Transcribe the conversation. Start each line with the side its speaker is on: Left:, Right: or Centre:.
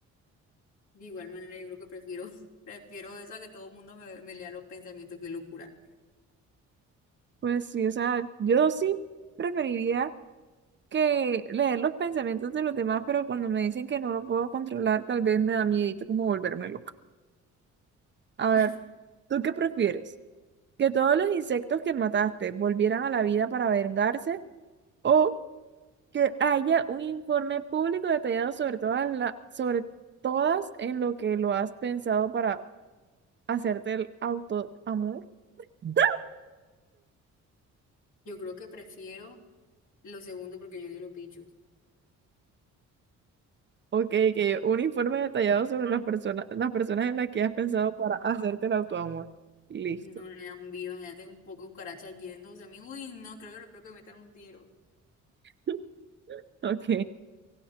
Left: De igual manera, yo creo que prefiero, <laughs> prefiero eso a que todo el mundo me, me lea los pensamientos, qué locura.
Right: Pues sí, o sea, yo sí preferiría. que leer los pensamientos de los demás, pero cuando me dicen que no lo puedo controlar, tal vez me da miedito como volverme loca. A
Left: <laughs>
Right: ver, ¿tú qué prefieres? ¿Que todos los insectos que mataste volvieran a la vida para vengarse? ¿O que haya un informe público detallado sobre todas la- sobre todas en lo que lo has pensado para hacerte el autoamor? <laughs>
Left: Yo creo que prefiero lo segundo porque yo odio los bichos.
Right: Ok, que un informe detallado sobre las personas, las personas en las que has pensado para hacerte el autoamor. Listo.
Left: No le dan viva, imagínate un poco de cucarachas yéndose a mí. Uy, no, creo que le creo que me metan un tiro.
Right: <laughs> Ok.